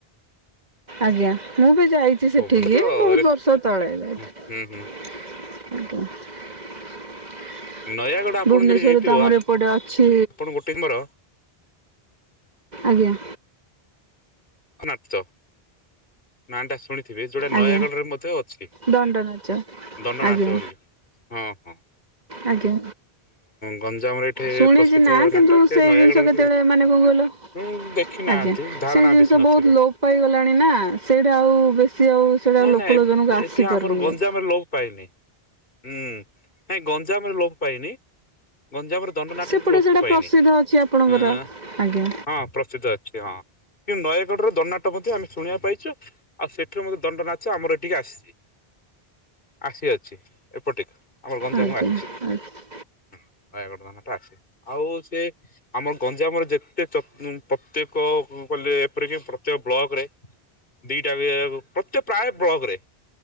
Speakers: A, on the right; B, on the left.
A: ଆଜ୍ଞା ମୁଁ ବି ଯାଇଛି
B: ଭୁବନ
A: ସେଠିକି
B: ତ
A: ବହୁତ
B: ରେସ୍
A: ବର୍ଷ ତଳେ।
B: ହୁଁ ହୁଁ ହୁଁ।
A: <inaudible>
B: ନୟାଗଡ଼ ଆପଣ
A: ଭୁବନେଶ୍ଵରରେ
B: ଯଦି ହେଇଥିବ
A: ତ ଆମର ଏପଟେ ଅଛି
B: ଆପଣ ଗୋଟେ ମୋର
A: ଆଜ୍ଞା।
B: ନାଚ ନାଁ ଟା ଶୁଣି ଥିବେ ଯୋଉଟା ନୟାଗଡରେ
A: ଆଜ୍ଞା
B: ମଧ୍ୟ ଅଛି।
A: ଦଣ୍ଡ ନାଚ
B: ଦଣ୍ଡନାଚ
A: ଆଜ୍ଞା
B: ବୋଲି ହଁ ହଁ।
A: ଆଜ୍ଞା।
B: ଗଞ୍ଜାମରେ ଏଠି
A: ଶୁଣିଚି
B: ପ୍ରସିଦ୍ଧ
A: ନା
B: ନାଟ
A: କିନ୍ତୁ ସେ
B: ନୟାଗଡ଼ରେ
A: ଜିନିଷ କେତେବେଳେ ମାନେ କଣ କହିଲ
B: ହୁଁ ଦେଖି ନାହାନ୍ତି
A: ଆଜ୍ଞା
B: ଧାରଣା
A: ସେଇ ଜିନିଷ
B: ବେଶୀ ନଥିବ
A: ବୋହୁତ ଲୋପ ପାଇଗଲାଣି ନା ସେଇଟା ଆଉ ବେଶୀ ଆଉ ସେଇଟା
B: ନାଇଁ
A: ଲୋକଲୋଚନକୁ
B: ନାଇଁ
A: ଆସିପାରୁନି
B: ଏଠି ଆମର ଗଞ୍ଜାମରେ
A: ଆଉ
B: ଲୋପ ପାଇନି। ହୁଁ ନାଇଁ ଗଞ୍ଜାମରେ ଲୋପ ପାଇନି। ଗଞ୍ଜାମରେ ଦଣ୍ଡ ନାଟ
A: ସେପଟେ
B: ଲୋ ଲୋପ
A: ସେଇଟା
B: ପାଇନି
A: ପ୍ରସିଦ୍ଧ ଅଛି ଆପଣଙ୍କର
B: ଆ-ଆ-ଆ
A: ଆଜ୍ଞା
B: ହଁ ପ୍ରସିଦ୍ଧ ଅଛି ହଁ। କିନ୍ତୁ ନୟାଗଡ଼ରେ ଦଣ୍ଡନାଟ ମଧ୍ୟ ଆମେ ଶୁଣିବାକୁ ପାଇଚୁ ଆଉ ସେଠୁ ମ ଦଣ୍ଡ ନାଚ ଆମର ଏଠିକି ଆସିଛି ଆସିଅଛି ଏପଟେ। ଆମର ଗଞ୍ଜାମକୁ
A: ଆଜ୍ଞା
B: ଆସିଛି
A: ଆଜ୍ଞା
B: ନୟାଗଡ ଧାନା ଟା ଆସି ଆଉ ସେ ଆମ ଗଞ୍ଜାମରେ ଯେତେ ଯ ପ ପ୍ରତ୍ୟେକ କଲେ ଏପରି କି ପ୍ରତ୍ୟେକ ବ୍ଲକରେ ଦିଟା ବି ଏ ପ୍ରତ୍ୟକ ପ୍ରାୟ ବ୍ଲକ ରେ